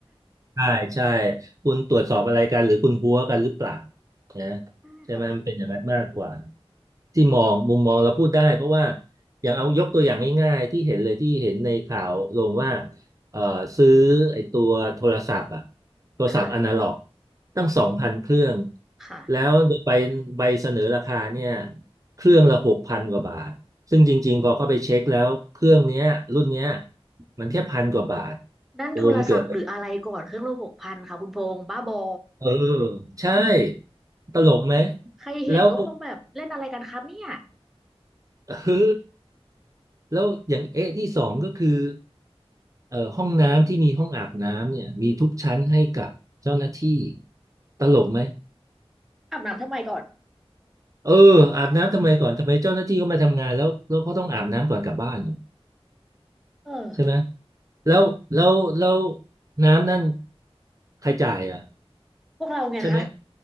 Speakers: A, on the right (about 35°); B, in the centre.
A: ใช่ใช่คุณตรวจสอบอะไรกันหรือคุณพัวกันหรือเปล่านะ
B: <laughs> ใช่ค่ะแบบ
A: ใช่ไหมมันเป็นอย่างนั้นมากกว่าที่มองมุมมองเราพูดได้เพราะว่าอย่างเอายกตัวอย่างง่ายๆที่เห็นเลยที่เห็นในข่าวลงว่าเอ่อซื้อไอ้ตัวโทรศัพท์อะโทรศัพท์อนาล็อก
B: ค่ะ
A: ตั้งสองพันเครื่อง
B: ค่ะ
A: แล้วโดยไปใบเสนอราคาเนี่ยเครื่องละหกพันกว่าบาทซึ่งจริงๆพอเข้าไปเช็คแล้วเครื่องเนี้ยรุ่นเนี้ยมันแค่พันกว่าบาท
B: นั่นโทรศัพท์หรืออะไรก่อนเครื่องโลหกพันค่ะคุณพงษ์บ้าบอ
A: โอ้มันเกิด เออใช่ตลกไหม
B: ใครเห็นก็คงแบบเล่นอะไรกันครับเนี่ย
A: แล้วเออแล้วอย่างเอะที่สองก็คือเอ่อห้องน้ำที่มีห้องอาบน้ำเนี่ยมีทุกชั้นให้กับเจ้าหน้าที่ตลกไหม
B: อาบน้ำทำไมก่อน
A: เอออาบน้ำทำไมก่อนทำไมเจ้าหน้าที่เขามาทำงานแล้วแล้วเขาต้องอาบน้ำก่อนกลับบ้านเหรอ
B: เออ
A: ใช่ไหมแล้วแล้วแล้วน้ำนั่นใครจ่ายอ่ะ
B: พวกเราไงคะ
A: ใช่ไหม